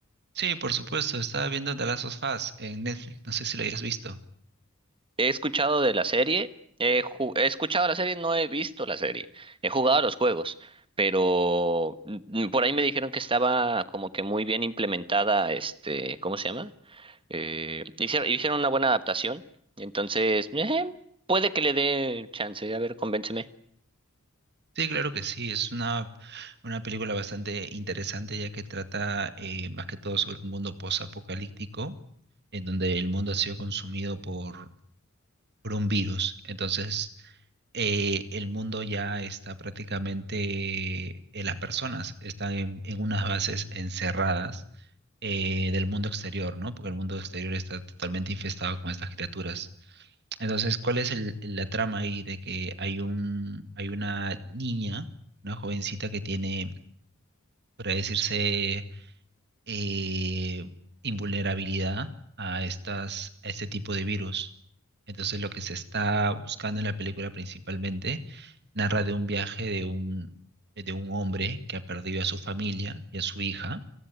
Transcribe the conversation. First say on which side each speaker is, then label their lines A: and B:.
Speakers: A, on the right; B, on the right.
A: Sí, por supuesto, estaba viendo The Last of Us en Netflix, no sé si lo hayas visto.
B: He escuchado de la serie, he, ju- he escuchado la serie, no he visto la serie. He jugado a los juegos, pero mm, mm, por ahí me dijeron que estaba como que muy bien implementada, este, ¿cómo se llama? Eh, hicieron, hicieron una buena adaptación. Entonces, eh, puede que le dé chance. A ver, convénceme.
A: Sí, claro que sí, es una, una película bastante interesante ya que trata eh, más que todo sobre un mundo posapocalíptico en donde el mundo ha sido consumido por, por un virus. Entonces, eh, el mundo ya está prácticamente, eh, las personas están en, en unas bases encerradas eh, del mundo exterior, ¿no? Porque el mundo exterior está totalmente infestado con estas criaturas. Entonces, ¿cuál es el- la trama ahí de que hay un, hay una niña, una jovencita que tiene, por así decirse, eh, invulnerabilidad a estas, a este tipo de virus? Entonces, lo que se está buscando en la película principalmente narra de un viaje de un, de un hombre que ha perdido a su familia y a su hija.